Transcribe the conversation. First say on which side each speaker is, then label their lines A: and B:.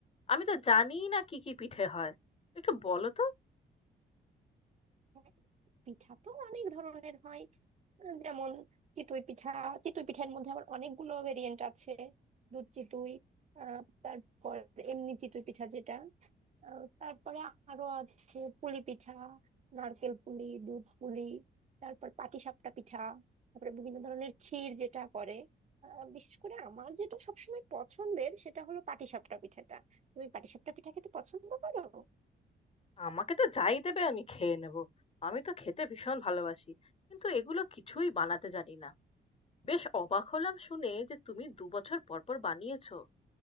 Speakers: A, on the left; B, on the right.
A: আমি তো জানিই না কি কি পিঠে হয় একটু বলো তো
B: হ্যাঁ, পিঠা তো অনেক ধরনের হয় যেমন চিতই পিঠা চিতই পিঠার মধ্যে আবার অনেকগুলো ভেরিয়েন্ট আছে দুধ চিতই আহ, তারপর এমনি চিতই পিঠা যেটা আহ, তারপরে আরো আছে পুলি পিঠা নারকেল পুলি দুধ পুলি তারপর পাটিসাপটা পিঠা তারপরে বিভিন্ন ধরনের ক্ষীর যেটা করে আহ, বিশেষ করে আমার যেটা সবসময় পছন্দের সেটা হলো পাটিসাপটা পিঠাটা তুমি পাটিসাপটা পিঠা খেতে পছন্দ করো
A: আমাকে তো যাই দেবে আমি খেয়ে নেবো আমি তো খেতে ভীষণ ভালোবাসি কিন্তু এগুলো কিছুই বানাতে জানি না বেশ অবাক হলাম শুনে যে তুমি দু বছর পর পর বানিয়েছো